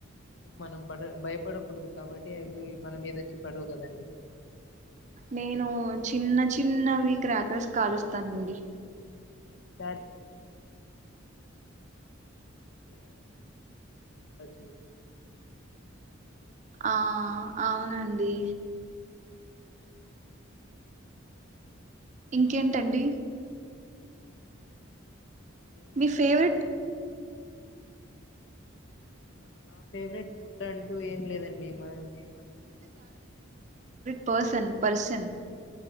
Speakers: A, on the left; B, on the right.
A: అందుక మనం పడ భయపడకూడదు కాబట్టి అవి మన మీదొచ్చి పడవు కదండి
B: నేను చిన్న చిన్నవి క్రాకర్స్ కాలుస్తానండి.
A: ఈసారి నా కాల్చండి
B: ఆ అవునండి ఇంకేంటండి
A: ఆ అండి ఏం
B: మీ
A: లేదండి
B: ఫేవరెట్
A: మా నా ఫేవరెట్ ఫుడ్ అంటూ ఏం లేదండి, మ నేను అన్ని ఫుడ్స్
B: పసన్ పర్సన్